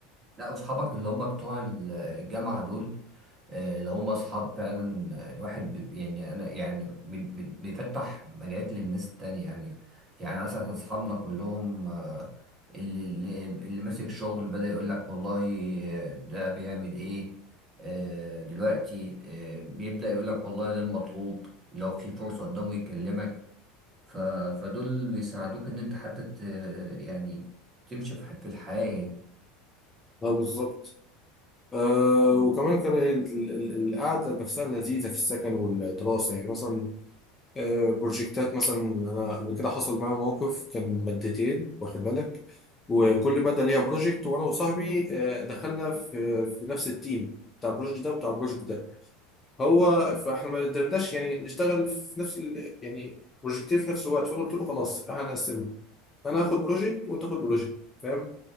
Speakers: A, on the right; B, on the left.
A: لا اصحابك اللي هما بتوع الجامعة دول آه، لو هم اصحاب فعلا آه، الواحد بي يعني انا يعني من من بيفتح مجالات للناس التانية يعني يعني مثلا احنا اصحابنا كلهم آه، اللي اللي اللي ماسك شغل بدأ يقول لك والله آه، ده بيعمل ايه آه، دلوقتي آه، بيبدأ يقول لك والله ده المطلوب لو في فرصة قدامه يكلمك ف فدول بيساعدوك ان انت حتى ت يعني تمشي في ح- في الحياة يعني
B: اه بالظبط آه وكمان كان ال- ال- ال- القعده نفسها لذيذه في السكن والدراسه يعني مثلا آه، بروجكتات مثلا انا قبل كده حصل معايا موقف كان مادتين واخد بالك وكل ماده ليها بروجكت وانا وصاحبي آه، دخلنا في في نفس التيم بتاع البروجكت ده وبتاع البروجكت ده هو فاحنا ما قدرناش يعني نشتغل في نفس ال... يعني بروجكتين في نفس الوقت فقلت له خلاص احنا هنقسمها انا هاخد بروجكت وانت تاخد بروجكت فاهم